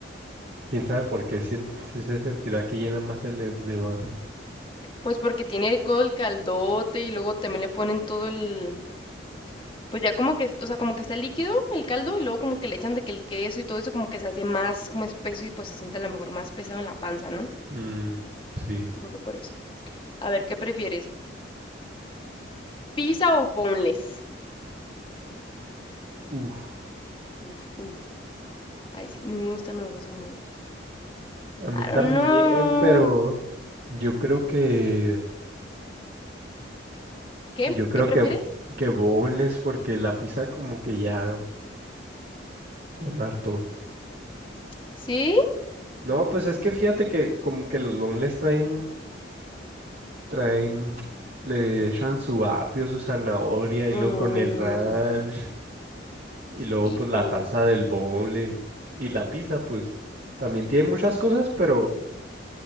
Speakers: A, on the right; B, on the left.
A: ¿Quién sabe por qué? sien- sí se sentirá que llena más el de de vaso.
B: Pues porque tiene todo el caldote y luego también le ponen todo el, pues ya como que, o sea, como que está líquido el caldo y luego como que le echan de que el queso y todo eso como que se hace más como espeso y pues se siente a lo mejor más pesado en la panza, ¿no?
A: Mm, sí.
B: Yo creo que por eso. A ver, ¿qué prefieres? ¿Pizza o boneless?
A: Uf.
B: Uf, uf. Ay, sí, a mí me gustan los dos muy.
A: A mí
B: I
A: también,
B: don't know.
A: pero yo creo que
B: ¿Qué?
A: yo creo
B: ¿Qué prefieres?
A: que que boneless porque la pizza como que ya ya me hartó.
B: ¿Sí?
A: No, pues es que fíjate que como que los boneless traen traen le echan su apio, su zanahoria y
B: Mm,
A: luego con el ranch y luego
B: híjole.
A: pues la salsa del boneless y la pizza pues también tiene muchas cosas, pero